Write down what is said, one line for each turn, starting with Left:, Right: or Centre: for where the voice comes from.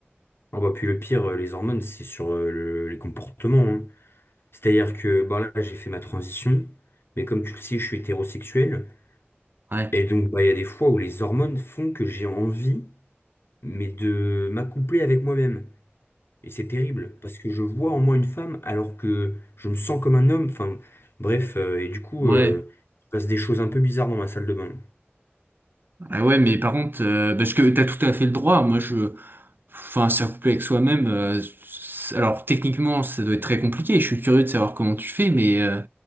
Left: Ah bah, puis le pire, euh, les hormones, c'est sur euh, le- les comportements. hein. C'est-à-dire que bah là, j'ai fait ma transition, mais comme tu le sais, je suis hétérosexuel.
Right: Ouais.
Left: Et donc, bah, il y a des fois où les hormones font que j'ai envie, mais de m'accoupler avec moi-même. Et c'est terrible, parce que je vois en moi une femme alors que je me sens comme un homme. Enfin, bref, euh, et du coup,
Right: Ouais.
Left: euh, il se passe des choses un peu bizarres dans ma salle de bain.
Right: Ah ouais, mais par contre, euh, parce que t'as tout à fait le droit. Moi, je, enfin, c'est couplé avec soi-même. euh, c'est- alors, techniquement, ça doit être très compliqué. Je suis curieux de savoir comment tu fais, mais, euh,